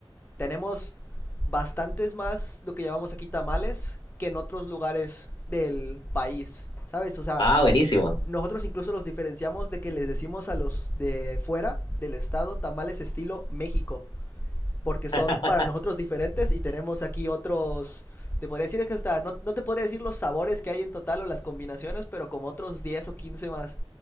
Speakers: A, on the left; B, on the left.
A: Tenemos bastantes más lo que llamamos aquí tamales que en otros lugares del país, ¿sabes? O sea,
B: Ah, buenísimo.
A: nosotros incluso los diferenciamos de que les decimos a los de fuera del estado tamales estilo México, porque son
B: <laughs>
A: para nosotros diferentes y tenemos aquí otros... Te podría decir que hasta, no, no te podría decir los sabores que hay en total o las combinaciones, pero como otros 10 o 15 más.